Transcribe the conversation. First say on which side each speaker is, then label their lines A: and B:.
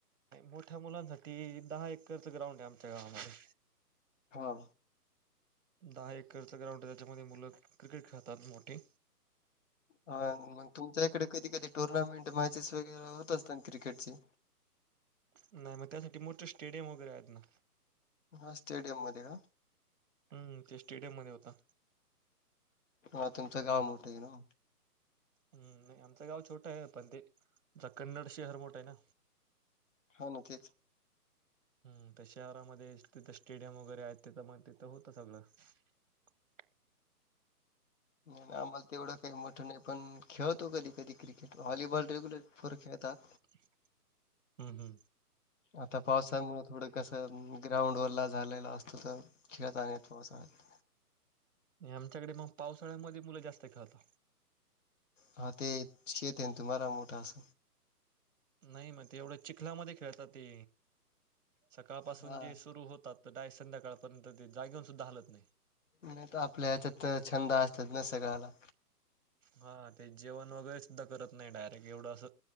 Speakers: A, on the right; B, on the left.
A: मोठ्या मुलांसाठी दहा एकरच ग्राउंड आहे आमच्या गावामध्ये.
B: हा.
A: दहा एकरचा ग्राउंड आहे त्याच्यामध्ये मुलं क्रिकेट खेळतात मोठीे.
B: हा मग तुमच्या इकडे कधी कधी टुर्नामेंट मॅचेस वगैरे होत असतात ना क्रिकेटची.
A: नाही मग त्यासाठी मोठे स्टेडियम वगैरे आहेत ना.
B: हा स्टेडियम मध्ये का?
A: हम्म ते स्टेडियम मध्ये होता.
B: हा तुमचं गाव मोठं आहे नवं.
A: हम्म नाही आमचं गाव छोटं आहे पण ते आ कन्नड शहर मोठं आहे ना.
B: हा ना तेच
A: हम् ते शहरामध्ये तिथं स्टेडियम वगैरे आहेत तिथं मग तिथं होतं सगळं. <unintelligible>
B: नाही आम्हाला तेवढं काही मोठं नाही पण खेळतो कधी कधी क्रिकेट व्हॉलीबॉल रेग्युलर पोर खेळ- तात.
A: <unintelligible> हं हं
B: आता पावसामुळ थोडं कस ग्राउंड ओला झालेला असतो तर खेळता नाय येत पावसाळ्यात.
A: आमच्याकडे मग पावसाळ्यामध्ये मुलं जास्त खेळतात
B: हा ते शेते न तुम्हाला मोठा अस
A: नाही म ते एवढं चिखलामध्ये खेळतात ते, सकाळपासून
B: हा
A: जे सुरू होतात तर दाय संध्याकाळपर्यंत ते जागेऊन सुद्धा हलत नाही.
B: नाही तर आपल्या ह्याच्यात छंद असतात ना सगळ्याला
A: हा ते जेवण वगैरे सुद्धा करत नाही डायरेक्ट एवढं अस